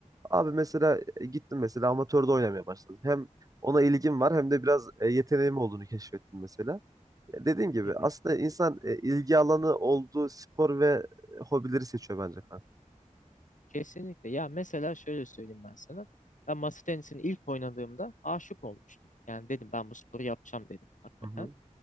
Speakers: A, on the right (about 25°); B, on the left (about 75°).
A: Abi mesela e, gittim mesela amatörde oynamaya başladım. Hem ona ilgim var hem de biraz e, yeteneğim olduğunu keşfettim mesela. Dediğim gibi
B: hı hı.
A: aslında insan e, ilgi alanı olduğu spor ve e, hobileri seçiyor bence kanka.
B: Kesinlikle. Ya mesela şöyle söyleyeyim ben sana. Ben masa tenisini ilk oynadığımda aşık olmuştum. Yani dedim ben bu sporu yapacağım dedim hakikaten.
A: Hı hı.